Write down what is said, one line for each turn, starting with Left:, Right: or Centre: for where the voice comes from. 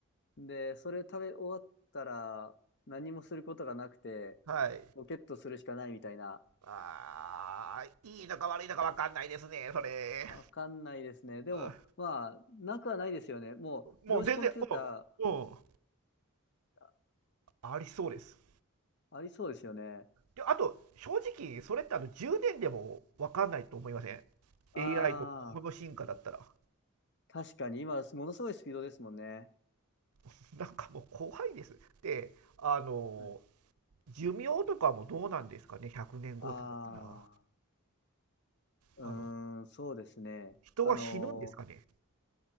Left: で、それ食べ終わったら何もすることがなくて、
Right: はい。
Left: ロケットするしかないみたいな。
Right: ああ、いいのか悪いのかわかんないですね、それ。
Left: わかんないですね。でも、
Right: う
Left: まあ、なくはないですよね。もう、
Right: んもう全然、
Left: 量子コンピュータ
Right: おお
Left: ー、あ
Right: ありそうです。
Left: ありそうですよね。
Right: であと、正直、それってあの10年でも分かんないと思いません
Left: ああ、
Right: ?AI とこの進化だったら。
Left: 確かに今、ものすごいスピードですもんね。
Right: <laughs> なんかもう怖いです。で、あの、
Left: はい
Right: 寿命とかもどうなんですかね ?100 年後ってなったら。
Left: ああ、うーん、
Right: あの、
Left: そうですね。
Right: 人は死ぬんですかね
Left: あのー